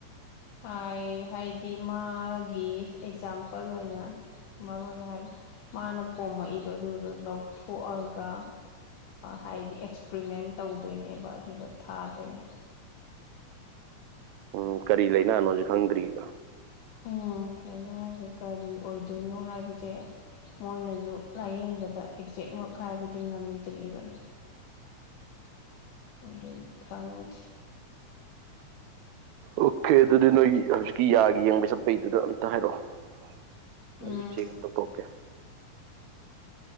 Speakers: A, on the left; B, on the right.
A: ꯍꯥꯏ ꯍꯥꯏꯗꯤ ꯃꯥꯒꯤ ꯑꯦꯛꯖꯥꯝꯄꯜ ꯑꯣꯏꯅ ꯃꯔꯨ ꯑꯣꯏꯅ ꯍꯥꯏꯕ ꯃꯥꯅ ꯄꯣꯝꯃꯛꯏꯗꯣ ꯑꯗꯨꯗꯣ ꯂꯧꯊꯣꯛꯑꯒ ꯍꯥꯏꯗꯤ ꯑꯦꯛꯁꯄ꯭ꯔꯤꯃꯦꯟ ꯇꯧꯗꯣꯏꯅꯦꯕ ꯑꯗꯨꯒ ꯊꯥꯗꯣꯏꯅꯦ
B: ꯎꯝ ꯀꯔꯤ ꯂꯩꯥꯏꯅꯥꯅꯣꯁ ꯈꯪꯗ꯭ꯔꯤꯕ
A: ꯎꯝ ꯂꯥꯏꯅꯥꯁꯦ ꯀꯔꯤ ꯑꯣꯏꯗꯣꯏꯅꯣ ꯍꯥꯏꯕꯁꯦ ꯃꯣꯏꯅꯁꯨ ꯂꯥꯏꯌꯦꯡꯕꯗ ꯑꯦꯛꯖꯦꯛꯃꯛ ꯍꯥꯏꯕꯗꯤ ꯉꯝꯗ꯭ꯔꯤꯕ ꯑ ꯈ꯭ꯔꯥꯎꯗ
B: ꯑꯣꯀꯦ ꯑꯗꯨꯗꯤ ꯅꯣꯏ ꯍꯧꯖꯤꯛꯀꯤ ꯌꯥꯒꯤ ꯌꯦꯡꯕꯩ ꯆꯠꯄꯩꯗꯨꯗ ꯑꯝꯇ ꯍꯥꯏꯔꯛꯑꯣ
A: ꯎꯝ
B: ꯊ ꯑꯣꯀꯦ